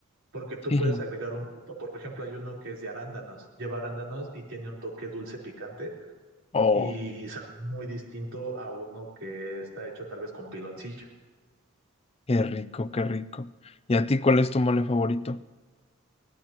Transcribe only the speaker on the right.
porque tú
puedes agregar un, o por ejemplo, hay uno que es de arándanos, lleva arándanos y tiene un toque dulce picante
y sabe muy distinto a uno que está hecho tal vez con piloncillo.